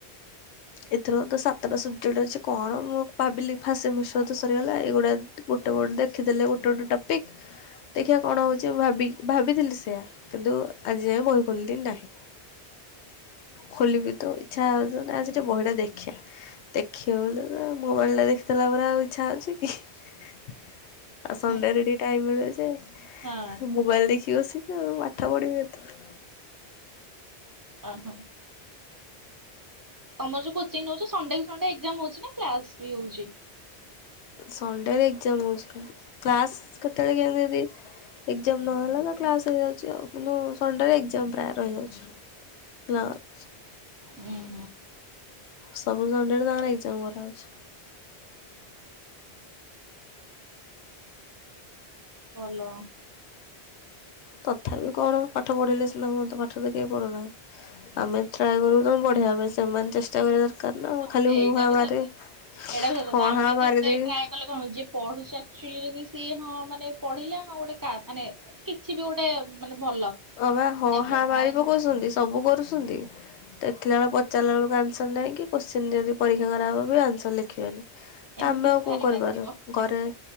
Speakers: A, on the left (about 80°); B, on the right (about 25°).
A: ଏଥିର ତ ସାତଟା ସବଜେକ୍ଟ ଅଛି କଣ ମୁଁ ଭାବିଲି ଫାଷ୍ଟ ସେମିଷ୍ଟାର ତ ସରିଗଲା ଏଗୁଡ଼ା ଗୁଟେ ଗୁଟେ ଦେଖି ଦେଲେ ଗୁଟେ ଗୁଟେ ଟପିକ। ଦେଖିବା କଣ ହେଉଛି ମୁଁ ଭାବି ଭାବିଥିଲି ସେଆା କିନ୍ତୁ ଆଜି ଯାଇ ବହି ଖୋଲିଲି ନାହିଁ। ଖୋଲିବି ତ ଇଚ୍ଛା ହଉଚି ମାନେ ଆଜି ଟିକେ ବହିଟା ଦେଖିବା। ଦେଖିବା ବୋଲିତ ମୋବାଇଲା ଦେଖିଦଲା ପରେ ଆଉ। ଇଛା ହଉଚି କି ଆଉ ସଣ୍ଡେରେ
B: ହଁ
A: ଟିକେ ଟାଇମ ହୁଏ ଯେ
B: ହଁ
A: ମୋବାଇଲ ଦେଖିବି ବସିକି ଆଉ ପାଠ ପଢିବି କେତେବେଳେ।
B: ଓହୋ, ତମର ଯୋଉ କୋଚିଂ ନଉଚ ସଣ୍ଡେ କୁ ସଣ୍ଡେ ଏଗଜାମ ହଉଚି ନା କ୍ଲାସ ବି ହଉଚି।
A: ସଣ୍ଡେ ରେ ଏଗଜାମ ହଉଚି କ୍ଲାସ କେତେବେଳେ କେମିତି ଜଦି। ଏଗଜାମ ନହେଲାତ କ୍ଲାସ ହେଇଯାଉଚି ଆଉ କିନ୍ତୁ ସଣ୍ଡେ ରେ ଏଗଜାମ ପ୍ରାୟ ରହିଯାଉଚି। କ୍ଲାସ।
B: ହୁଁ ହୁଁ।
A: ସବୁ ସଣ୍ଡେ ରେ ତାଙ୍କର ଏଗଜାମ କରା ଛହେଉଚି।
B: ଭଲ।
A: ତଥାପି କଣ ପାଠ ପଢିଲେ ସିନା ହୁଅନ୍ତା ପାଠ ତ କେହି ପଢୁନାହିଁ ଆମେ ଟ୍ରାଏ କରୁ ତମ ବଢିଆ ଭାବରେ ସେମାନେ ଚେଷ୍ଟା କର କରନା
B: ହଁ
A: ଖାଲି ହୁଁ
B: ଏଇଟା
A: ହାଁ
B: ବି
A: ମାରିବି
B: ସତ ଏଇଟା ବି ସତ କଥା
A: ହଁ
B: ଆମେ
A: ହାଁ
B: ଯେତେ
A: ମାରିଦେବି।
B: ଟ୍ରାଏ କଲେ କଣ ହଉଚି ଯିଏ ପଢୁଚି ଆକଚୁଆଲି ଯଦି ସିଏ ହଁ ମାନେ ପଢିଲା ହଁ ଗୋଟେ କା ମାନେ କିଛି ବି ଗୋଟେ ମାନେ ଭଲ,
A: ଅ ବା ହଁ
B: ଡେଭଲପ
A: ହା ମାରି
B: ଆଉ
A: ପକଉସନ୍ତି
B: ସେ
A: ସବୁ କରୁଶୁନ୍ତି। ଦେଖିଲା ବେଳକୁ ପଚାରିଲାେଳକୁ ଆନ୍ସର ନାହିଁ କି କୋଶ୍ଚିନ୍ ଯଦି ପରୀକ୍ଷାେ କରାହବ ବି ଆନ୍ସର ଲେଖିବେନି। ତ
B: ଏମିତି
A: ଆମେ
B: ହେଲେ
A: ଆଉ
B: ଭାରି
A: କଣ କରିପାରିବୁ
B: ବାଧିବ
A: ଘରେ